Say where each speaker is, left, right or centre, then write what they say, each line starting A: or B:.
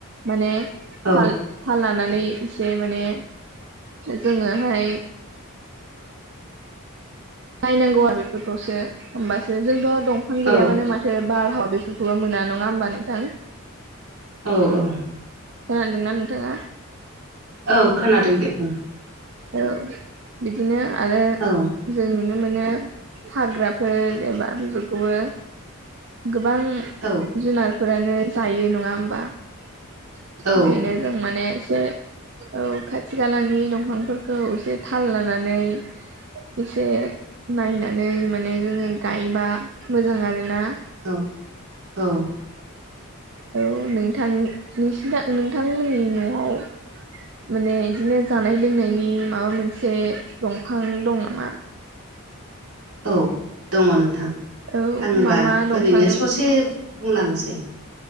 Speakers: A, on the right (about 55°); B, on the right (about 80°).
A: माने
B: औ
A: थाल थाल लानानै एसे माने जोङोहाय बायनांगौआ बेफोरखौसो होमबासो जोंथ' दंफां
B: औ
A: गैयाबानो मानो एसे बारहाव बेफोरखौबो मोना नङा होमबा नोंथां
B: औ औ
A: खोनादोंना नोंथाङा
B: औ खोनादों दे बुं
A: ओ बिदिनो आरो
B: औ
A: जों नुनो मोनो हाग्राफोर एबा बेफोरखौबो गोबां
B: औ
A: जुनारफोरानो जायो नङा होमबा ओंखायनो
B: औ
A: जों माने एसे औ खाथि खालानि दंफांफोरखौ एसे थाल लानानै एसे नायनानै माने जोङो गायबा मोजां आरोना
B: औ औ
A: औ नोंथां नोंसि नोंथांमोननि न'आव माने बिदिनो जानाय लोंनायनि माबा मोनसे दंफां दं नामा
B: औ दङ नोंथां
A: औ
B: आंबा
A: मा मा दंफां
B: ओरैनो ससे बुंलांनोसै